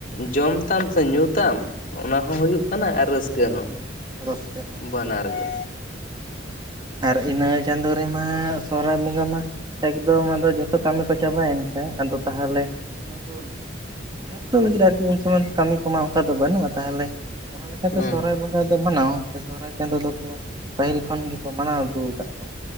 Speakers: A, on the left; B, on the right.
A: ᱡᱚᱢ ᱛᱟᱢ ᱥᱮ ᱧᱩᱼᱛᱟᱢ ᱚᱱᱟ ᱦᱚᱸ ᱦᱩᱭᱩᱜ ᱠᱟᱱᱟ ᱟᱨ ᱨᱟᱹᱥᱠᱟᱹ ᱠᱟᱹ ᱦᱚᱸ
B: ᱦᱮᱸ ᱨᱟᱹᱥᱠᱟᱹ ᱦᱚᱸ
A: ᱵᱟᱱᱟᱨ ᱜᱮ
B: ᱟᱨ ᱤᱱᱟᱹ ᱪᱟᱸᱫᱚ ᱨᱮᱢᱟ ᱥᱚᱦᱚᱨᱟᱭ ᱵᱚᱸᱜᱟ ᱢᱟ ᱮᱠᱫᱚᱢ ᱟᱫᱚ ᱡᱚᱛᱚ ᱠᱟᱹᱢᱤ ᱠᱚ ᱪᱟᱵᱟᱭᱮᱱ ᱥᱮ ᱟᱫᱚ ᱛᱟᱦᱞᱮ ᱱᱩᱠᱩ ᱡᱚᱛᱚ ᱞᱟᱹᱜᱤᱫ ᱟᱨᱠᱤ ᱩᱱ ᱥᱚᱢᱚᱭ ᱠᱟᱹᱢᱤ ᱠᱚᱢᱟ ᱚᱱᱠᱟ ᱫᱚ ᱵᱟᱹᱱᱩᱜᱼᱟ ᱛᱟᱦᱞᱮ ᱚᱱᱟ ᱞᱮᱠᱟᱛᱮ
A: ᱦᱮᱸ
B: ᱥᱚᱦᱚᱨᱟᱭ ᱵᱚᱸᱜᱟ ᱫᱚ ᱢᱟᱱᱟᱣ ᱥᱮ ᱥᱚᱦᱚᱨᱟᱭ ᱪᱟᱸᱫᱚ ᱫᱚᱠᱚ ᱯᱟᱹᱦᱤᱞ ᱠᱷᱚᱱ ᱜᱮᱠᱚ ᱢᱟᱱᱟᱣ ᱟᱹᱜᱩ ᱟᱠᱟᱫ ᱟᱠᱚ